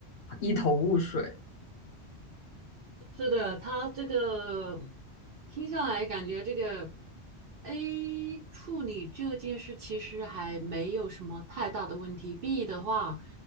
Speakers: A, on the left; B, on the right.
A: 一头雾水。
B: 是的，他这个听下来感觉这个 A 处理这件事其实还没有什么太大的问题。B 的话，